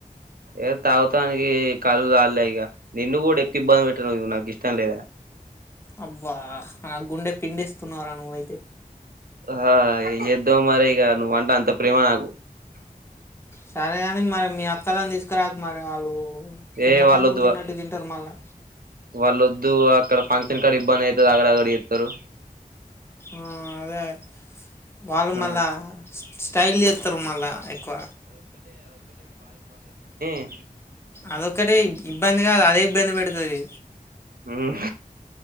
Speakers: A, on the right; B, on the left.
A: ఏ తాగుతానికి కల్లు జాల్లే ఇగ నిన్ను గూడె కిబ్బంది పెట్ట నువ్ నాకు ఇష్టం లేదే
B: అబ్బా నా గుండె పిండిస్తున్నావురా నువ్వైతే
A: ఆ ఏం జేద్దాం మరి ఇగ నువ్వంటే అంత ప్రేమ నాకు
B: సరేగానీ మరి మీ అక్కలని తీసుకురాకు మరి ఆళ్ళు కుంభకర్ణులు
A: ఏ వాళ్ళొద్దు
B: తిన్నట్టు
A: వా-
B: తింటారు మళ్ళా
A: వాళ్ళొద్దు అక్కడ ఫంక్షన్ కాడ ఇబ్బంది ఐతుది ఆగడ ఆగడ జేత్తారు
B: ఆ అదే వాళ్ళు
A: ఆ
B: మళ్ళా స్ స్టైల్ చేత్తరు మళ్ళా ఎక్కువ
A: ఆ
B: అదొక్కటే ఇబ్ ఇబ్బంది కాదు అదే ఇబ్బంది పెడుతది
A: ఊమ్